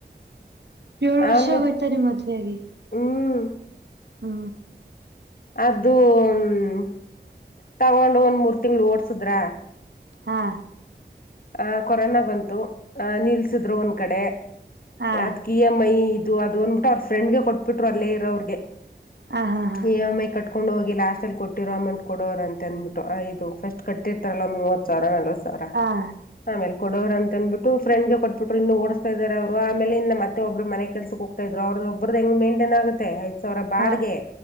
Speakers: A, on the right (about 70°); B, on the left (about 55°).
A: ಏಳು ವರ್ಷ
B: ಅವನು
A: ಆಗೋಯ್ತಾ ಮದುವೆಯಾಗಿ
B: ಹ್ಮ್
A: ಹ್ಮ
B: ಅದು ಹ ತಗೊಂಡು ಒಂದ್ ಮೂರ್ ತಿಂಗಳ ಓಡ್ಸುದ್ರ
A: ಹಾ
B: ಆ ಕೊರೋನಾ ಬಂತು ಆ ನಿಲ್ಸಿದ್ರು ಒಂದ್ ಕಡೆ
A: ಹಾ
B: ಯದಕ್ ಇ ಎಮ್ ಐ ಇದು ಅದು ಅಂದ್ಬಿಟ್ಟು ಅವ್ರ ಫ್ರೆಂಡ್ಗೆ ಕೊಟ್ಬಿಟ್ರು ಅಲ್ಲೇ ಇರೋ ಅವ್ರಿಗೆ
A: ಹಾ ಹಾ ಹಾ
B: ಈ ಎಂ ಐ ಕಟ್ಕೊಂಡು ಹ ಲಾಸ್ಟ್ ಅಲ್ಲಿ ಕೊಟ್ಟಿರೋ ಅಮೌಂಟ್ ಕೊವರ ಅಂತ ಅನ್ಬಿಟ್ಟು ಇದು ಫಸ್ಟ್ ಕಟ್ಟಿರ್ತಾರಲ್ಲ ಒಂದ ಮೂವತ್ ಸಾವಿರ ಅ ಅವ್ರ
A: ಹಾ
B: ಆಮೇಲೆ ಕೊಡವರ ಅಂದಬಟ್ಟು ಫ್ರೆಂಡ್ ಗೆ ಕೊಟ್ಬಿಟ್ರು ಇನ್ನು ಓಡಸ್ತಾ ಇದಾರೆ ಅವರು ಆಮೇಲೆ ಇ ಮತ್ತೊಬ್ರು ಮನೆ ಕೆಲ್ಸಕ್ ಹೋಗತ ಇದ್ರು ಅವರು ಒಬದ ಹ ಹೆಂಗ ಮೈಂಟೈನ್ ಆಗೆ ಆಯ್ ರ ಬಾಡಗೆ
A: ಹ